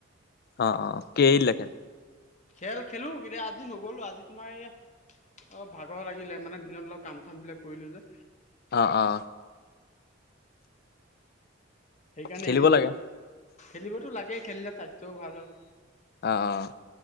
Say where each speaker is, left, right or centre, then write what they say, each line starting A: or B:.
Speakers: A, on the left; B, on the left.
A: অ অ এৰি দিলা খেল
B: খেল খেলো কেতিয়াবা আজি নগ'লো আজি তোমাৰ এয়া অ ভাগৰ লাগিলে মানে দিনত অলপ কাম-চাম বিলাক কৰিলো যে
A: অ অ
B: সেইকাৰণে
A: খেলিব
B: এৰি দিলো
A: লাগে
B: খেলিবতো লাগে খেলিলে স্বাস্থ্যও ভাল হয়।
A: অ অ